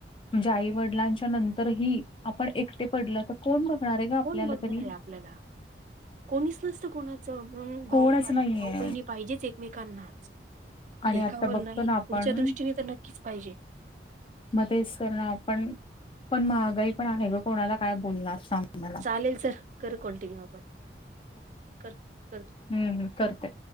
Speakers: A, on the left; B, on the right.
A: आई वडिलांच्या नंतरही आपण एकटे पडल तर कोण बघणार आहे ग, आपल्याला
B: कोण बघणार
A: तरी.
B: आहे आपल्याला कोणीच नसत कोणाचं, म्हणून भाऊ-भाऊ
A: कोणच नाहीये
B: बहिणी पाहिजेच एकमेक नाच
A: आणि
B: एकावर
A: आता बघतो
B: नाही.
A: ना आपण
B: पुढच्या दृष्टीने तर नक्कीच पाहिजे.
A: मग तेच करणं, आपण पण महागाई पण आहे ग, कोणाला काय बोलणार सांग. मला
B: चालेल चल करू कटिन्यू आपण कर कर.
A: हूं हूं करते.